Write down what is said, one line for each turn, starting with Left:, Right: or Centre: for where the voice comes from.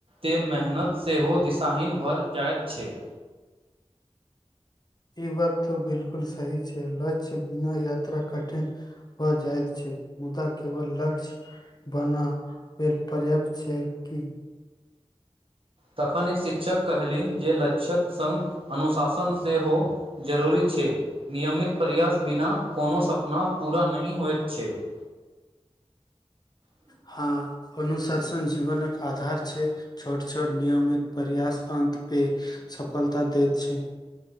Right: ते मेहनत सेहो दिशाहिन भय जाइत छैक
Left: ई बात तऽ बिलकुल सही छै लक्ष्य बिना यात्रा कठिन भ जायत छै मुद्दा केवल लक्ष्य बना पर्याप्त छै कि
Right: तखन एक शिक्षक कहलनि जे लक्षक सङ्ग अनुशासन सेहो जरूरी छै नियमित प्रयास बिना कोनो सपना पूरा नहि होइत छै <inaudible> <unintelligible>
Left: हँ अनुशासन जीवनक आधार छैक छोट छोट नियमित प्रयास अन पे सफलता दैत छै